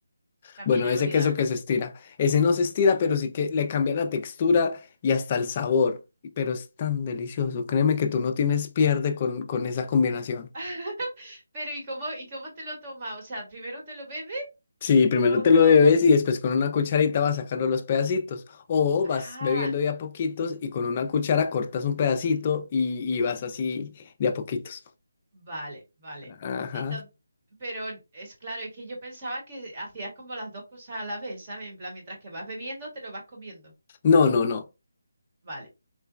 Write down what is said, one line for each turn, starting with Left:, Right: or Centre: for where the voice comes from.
Right: También
Left: Bueno,
Right: he
Left: ese
Right: olvidado
Left: queso
Right: el
Left: que
Right: nombre.
Left: se estira. Ese no se estira, pero sí que le cambia la textura y hasta el sabor. Y- Pero es tan delicioso. Créeme que tú no tienes pierde con, con esa combinación.
Right: <laughs> Pero ¿y cómo, y cómo te lo tomas? O sea, ¿primero te lo bebes
Left: Sí, primero
Right: o
Left: te
Right: te
Left: lo
Right: lo...
Left: bebes
Right: o-
Left: y después con una cucharita vas sacando los pedacitos. O
Right: Ah.
Left: vas bebiendo de a poquitos y con una cuchara cortas un pedacito y, y vas así de a poquitos.
Right: Vale, vale.
Left: Ajá.
Right: Entonces, pero es claro, es que yo pensaba que hacías como las dos cosas a la vez, ¿sabes? En plan, mientras que vas bebiendo, te lo vas comiendo.
Left: No, no, no.
Right: Vale.